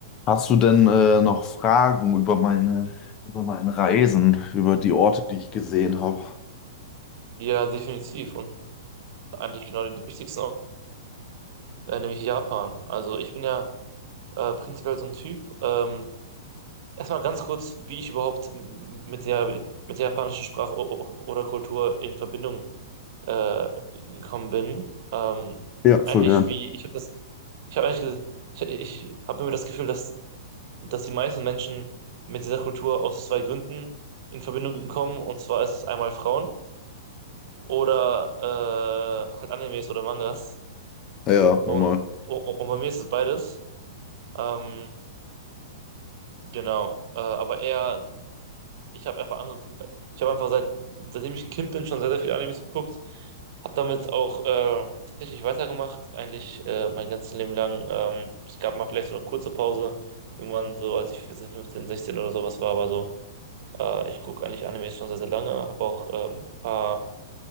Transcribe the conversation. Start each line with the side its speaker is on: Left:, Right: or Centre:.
Left: Hast du denn äh, noch Fragen über meine, über meine Reisen, über die Orte, die ich gesehen habe?
Right: Ja, definitiv. Und eigentlich genau die wichtigsten, auch, äh, nämlich Japan. Also ich bin ja äh, prinzipiell so ein Typ. Ähm, erstmal ganz kurz, wie ich überhaupt m- mit der, mit der japanischen Sprache o- o- oder Kultur in Verbindung äh, gekommen bin. Ähm,
Left: Ja,
Right: eigentlich
Left: voll gern.
Right: wie, ich habe das, ich habe eigentlich, ges- ich, ich habe immer das Gefühl, dass, dass die meisten Menschen mit dieser Kultur aus zwei Gründen in Verbindung kommen. Und zwar ist es einmal Frauen oder äh, halt Animes oder Mangas.
Left: Ja,
Right: Und,
Left: nochmal.
Right: und, und bei mir ist es beides. Ähm, genau. Äh, aber eher, ich habe einfach angeguckt, ich habe einfach seit, seitdem ich ein Kind bin, schon sehr, sehr viele Animes geguckt. Habe damit auch äh, tatsächlich weitergemacht, eigentlich äh, mein ganzes Leben lang. Ähm, es gab mal vielleicht so eine kurze Pause, irgendwann so, als ich 14 15 16 oder sowas war, aber so, äh, ich gucke eigentlich Animes schon sehr, sehr lange, habe auch ähm, ein paar